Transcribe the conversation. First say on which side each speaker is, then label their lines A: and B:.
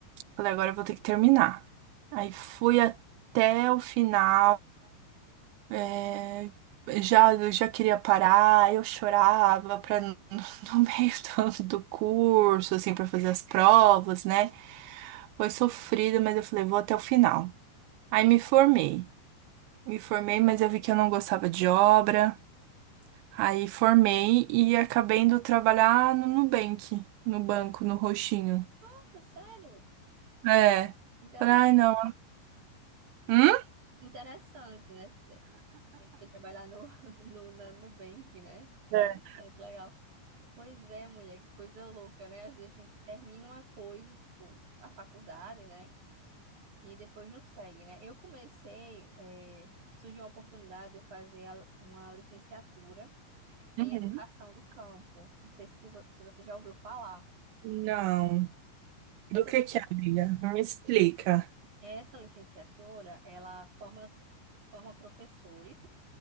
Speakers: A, on the right (about 80°); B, on the right (about 45°).
A: falei, agora eu vou ter que terminar. Aí fui até o final. É, já, eu já queria parar, eu chorava pra, no <laughs> no meio do, do curso, assim, pra fazer as provas, né? Foi sofrido, mas eu falei, vou até o final. Aí me formei. Me formei, mas eu vi que eu não gostava de obra. Aí formei e acabei indo trabalhar no Nubank, no banco, no roxinho.
B: Nossa, sério?
A: É.
B: Interessante,
A: Falei, Ai, não. Hum?
B: interessante, né? E trabalhar no, <laughs> no, na, no Nubank, né?
A: É.
B: Interessante, legal. Pois é, mulher, que coisa louca, né? Às vezes a gente termina uma coisa, tipo, a faculdade, né? E depois não segue, né? Eu comecei, é, surgiu uma oportunidade de eu fazer a- uma licenciatura em
A: Uhum.
B: educação do campo. Não sei se, vo- se você já ouviu falar.
A: Não. Do
B: Essa,
A: que
B: lic-
A: que é, amiga? Me explica.
B: essa licenciatura, ela forma, forma professores